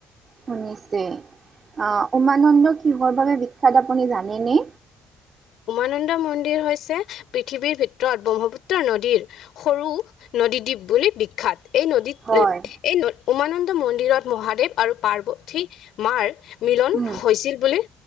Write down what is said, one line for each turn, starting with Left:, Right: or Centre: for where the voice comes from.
Right: শুনিছে আহ উমানন্দ কিহৰ বাবে বিখ্যাত আপুনি জানেনে?
Left: উমানন্দ মন্দিৰ হৈছে পৃথিৱীৰ ভিতৰত ব্ৰহ্মপুত্ৰ নদীৰ সৰু নদীদ্বীপ বুলি বিখ্যাত। এই নদীত
Right: হয়
Left: এই উমানন্দ মন্দিৰত মহাদেৱ আৰু পাৰ্বতী মাৰ মিলন
Right: উম
Left: হৈছিল বুলি